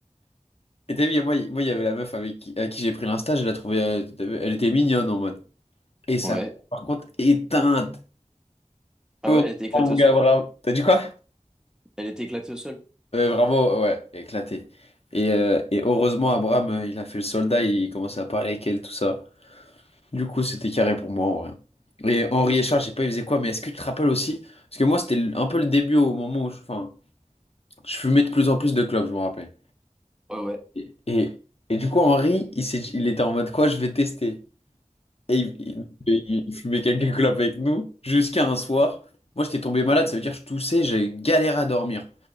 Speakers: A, on the left; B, in the centre.
A: Et t'as vu, y a- moi, il moi, il y avait la meuf avec qui, à qui j'ai pris l'insta, je la trouvais, euh, t'as vu, elle était mignonne en mode. Et ça,
B: Ouais.
A: par contre, éteinte.
B: Ah
A: Oh,
B: ouais, elle était éclatée
A: mon
B: au
A: gars,
B: sol.
A: Abraham. T'as dit quoi?
B: Elle était éclatée au sol.
A: Ouais, vraiment, ouais, éclaté. Et, euh, et heureusement, Abraham, euh, il a fait le soldat, il commençait à parler avec elle, tout ça. Du coup, c'était carré pour moi, en vrai. Et Henri et Charles, je sais pas, ils faisaient quoi, mais est-ce que tu te rappelles aussi? Parce que moi, c'était le- un peu le début au moment où je, enfin, je fumais de plus en plus de clopes, je me rappelle.
B: Ouais, ouais.
A: Et, et, et du coup, Henri, il s'est, il était en mode quoi, je vais tester. Et il, il, il il fumait quelques clopes avec nous jusqu'à un soir. Moi, j'étais tombé malade, ça veut dire que je toussais, j'avais galéré à dormir.